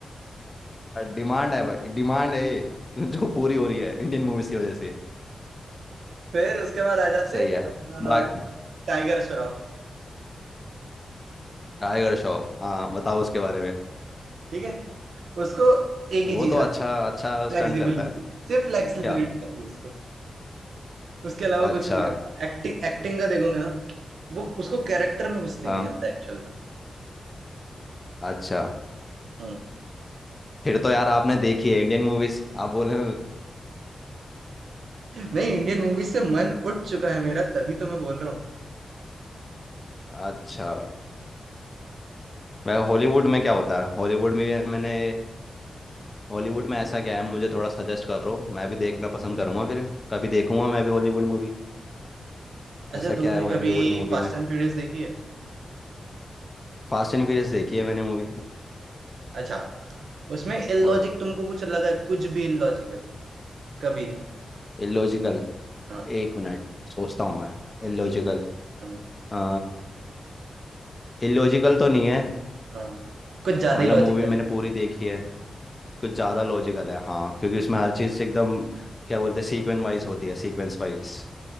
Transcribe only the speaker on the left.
डिमांड है भाई डिमांड है ये, जो पूरी हो रही है इंडियन मूवीज की वजह से
सही
है
बाकी
टाइगर श्रॉफ हाँ बताओ उसके बारे में
वो
तो अच्छा
अच्छा स्टंट
करता है
क्या
अच्छा
हाँ
अच्छा
फिर तो यार आपने देखी है इंडियन मूवीज आप बोले
अच्छा मैं हॉलीवुड में क्या होता है हॉलीवुड में मैंने हॉलीवुड में ऐसा क्या है मुझे थोड़ा सजेस्ट करो मैं भी देखना पसंद करूंगा फिर कभी देखूंगा मैं भी हॉलीवुड मूवी
ऐसा क्या
है हॉलीवुड
मूवी
में
फास्ट एंड फ्यूरियस देखी है मैंने मूवी
और
इलॉजिकल
एक मिनट सोचता हूँ मैं इलॉजिकल
आ इलॉजिकल तो नहीं है
मतलब
मूवी मैंने
पूरी देखी है कुछ ज्यादा लॉजिकल है हाँ क्योंकि उसमें हर चीज एकदम क्या बोलते हैं सीक्वेंस वाइज होती है सीक्वेंस वाइज